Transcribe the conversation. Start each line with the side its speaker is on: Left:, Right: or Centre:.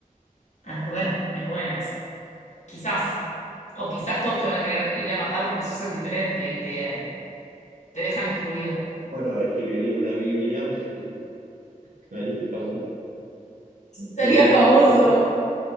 Left: Ah, es buena, es buena esa. Quizás. O quizás todos te van a querer ir a matar porque sos el diferente y te, te dejan excluido.
Right: Bueno, escribiría una Biblia, una, <laughs> me haría famoso.
Left: sería
Right: Dos mil
Left: famoso.
Right: años después,